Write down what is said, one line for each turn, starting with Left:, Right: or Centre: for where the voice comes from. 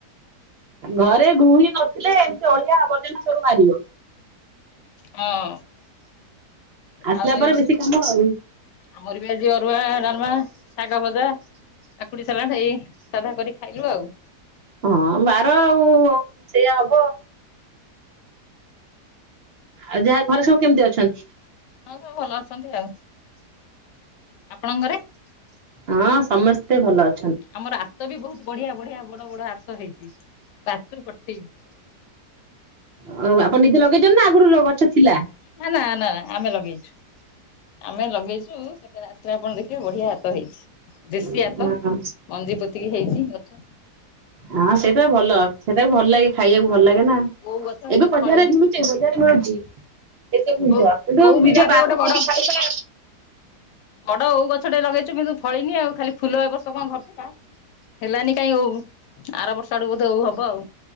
Right: ଘରେ ଗୃହିଣି ନଥିଲେ ଏମିତି ଅଳିଆ ଆବର୍ଜନା ସବୁ ବାହାରିବ?
Left: ହଁ,
Right: ଆସିଲା
Left: ଆଉ ସେ
Right: ପରେ ବେଶୀ କାମ ଆଉ
Left: ଆମର ବି ଆଜି ଅରୁଆ, ଡାଲମା ଶାଗ ଭଜା, କାକୁଡି ସାଲାଡ଼୍, ଏଇ ସାଧା କରି ଖାଇଲୁ ଆଉ
Right: ହଁ ବାର ଆଉଶ ସେଇଆ ହବ। ଆଉ ଯାହା, ଘରେ ସବୁ କେମିତି ଅଛନ୍ତି?
Left: ହଁ ସବୁ ଭଲ ଅଛନ୍ତି ଆଉ, ଆପଣଙ୍କ ଘରେ?
Right: ହଁ ସମସ୍ତେ ଭଲ ଅ
Left: ଆମର ଆତ ବି ବହୁତ ବଢିଆ ବଢିଆ ବଡ ବଡ ଆତ ହେଇଚି, ପାଚୁ ପଠେଇବି।
Right: ହଉ, ଆପଣ ନିଜେ ଲଗେଇଚନ୍ତି ନା, ଆଗରୁ ଗ ଛ ଥିଲା?
Left: ନା ନା ନା ନା, ଆମେ ଲଗେଇଚୁ, ଆମେ ଲଗେଇଚୁ କେତେବେଳେ ଆସିଲେ ଆପଣ ଦେଖିବେ, ବଢିଆ ଆତ ହେଇଚି, ଦେଶୀ
Right: ଓହୋ
Left: ଆତ, ମଞ୍ଜି ପୋତିକି ହେଇଚି ଗଛ।
Right: ହଁ ସେଇଟା ଭଲ, ସେଟାକୁ ଭଲ ଲାଗେ ଖାଇବାକୁ ଭଲ ଲାଗେ ନା?
Left: ଓଉ ଗଛ ହେଇଛି
Right: ଏବେ ବଜାରରେ
Left: ଫଳିନି
Right: ମିଳୁଚି, ବଜାରରେ ମିଳୁଚି। ଏସବୁ
Left: ଓଉ
Right: ଜିନିଷ କିନ୍ତୁ
Left: ଓଉ ବି
Right: ନିଜ
Left: ବାରିରେ
Right: ବାଡିରୁ
Left: ଗୋଟେ
Right: ତୋଳିକି
Left: ବଡ
Right: ଖାଇବା
Left: ବଡ ଓଉ ଗଛଟେ ଲଗେଇଚୁ କିନ୍ତୁ ଫଳିନି ଆଉ, ଖାଲି ଫୁଲ ଏ ବର୍ଷ କଣ ଧରିଥିଲା। ହେଲାନି କାଇଁ ଓଉ, ଆର ବର୍ଷ ଆଡୁକୁ ବୋଧେ ଓଉ ହବ ଆଉ।